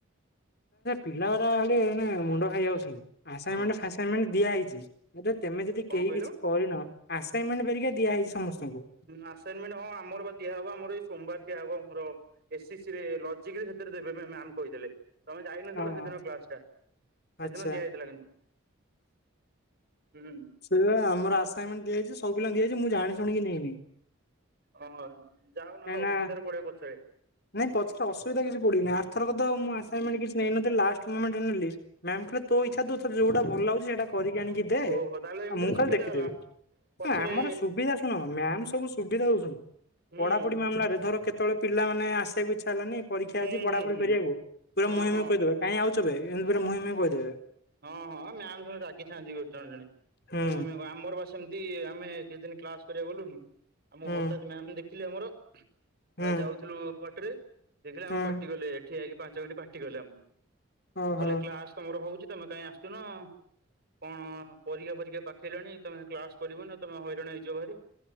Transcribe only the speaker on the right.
ହଁ
କଣ
କହିଲ?
ଆସାଇନମେଣ୍ଟ ହଁ ଆମର ବା ଦିଆ ହବ ଆମର ଏଇ ସୋମଵାର ଦିଆ ହବ ଆମର ଏସିଶିରେ ଲଜିକ ରେ ଦେବେ ମାମ କହିଥିଲେ? ତମେ ଯାଇନଥିଲ
ସେଦିନ କ୍ଲାସ ଟା ସେଦିନ
ଦିଆଯାଇଥିଲା କିନ୍ତୁ ହୁଁ।
ହଁ ଯାାଉ ନହେଲେ
ଅସୁବିଧାରେ
ପଡିବ ପଛରେ।
ଓହୋ
ତାହେଲେ ଏମିତିରେ
ସୁବିଧା
ହେଲା ପଛରେ
ହୁଁ
ହୁଁ
ହୁଁ ହୁଁ
ହଁ
ହଁ
ହଁ ହଁ ମ୍ୟାାମ୍ ସବୁବେଳେ ରାଗିଥାନ୍ତି ଗୋ ଜଣେ ଜଣେ
ମୁହେଁ ଆମର ବା ସେମିତି ଏମିତି ଆମେ କିଛି ଦିନ୍ କ୍ଲାସ କରିବାକୁ ଗଲୁନୁ। ଆମ
ହଠାତ୍ ମ୍ୟାମ୍ ଦେଖିଲେ ଆମର।
ଆଁ ଯାଉଥିଲୁ ବାଟରେ ଦେଖିଲେ
ଆମକୁ ପାଟି କଲେ ଠିଆ ହେଇକି ପାଞ୍ଚ ମିନିଟ୍ ପାଟି କଲେ ଆମକୁ।
କହିଲେ କ୍ଲାସ ତମର ହଉଛି ତମେ କାହିଁ ଆସୁନ। କଣ ପରୀକ୍ଷା ପରୀକ୍ଷା ପାଖେଇଲାଣି ତମେ କ୍ଲାସ କରିବ ନା ତମେ ହଇରାଣ ହେଇଯିବ ଭାରି।